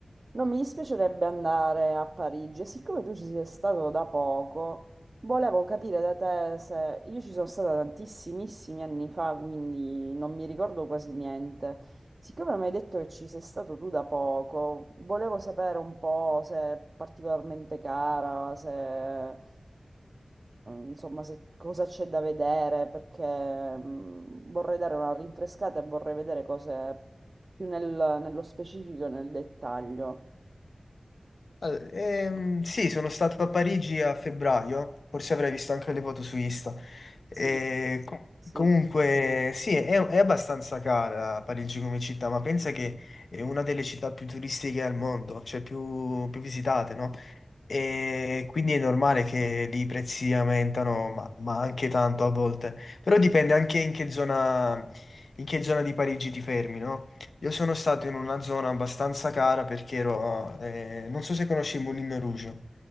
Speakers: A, on the right; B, on the left.
A: Non mi dispiacerebbe andare a Parigi e siccome tu ci sei stato da poco, volevo capire da te se io ci sono stata tantissimissimi anni fa, quindi non mi ricordo quasi niente. Siccome mi hai detto che ci sei stato tu da poco, volevo sapere un po' se è particolarmente cara, se eh, insomma se- cosa c'è da vedere, perché mm, vorrei dare una rinfrescata e vorrei vedere cose più nel- nello specifico e nel dettaglio.
B: Allora, ehm, sì, sono stato a Parigi a febbraio, forse avrai visto anche le foto su Insta. E
A: Sì,
B: co-
A: sì,
B: comunque, sì, è, è abbastanza cara Parigi come città, ma pensa che è una delle città più turistiche al mondo, cioè più, più visitate, no? E quindi è normale che lì i prezzi aumentano, ma, ma anche tanto a volte. Però dipende anche in che zona, in che zona di Parigi ti fermi, no? Io sono stato in una zona abbastanza cara perché ero... eh, non so se conosci Moulin Rouge.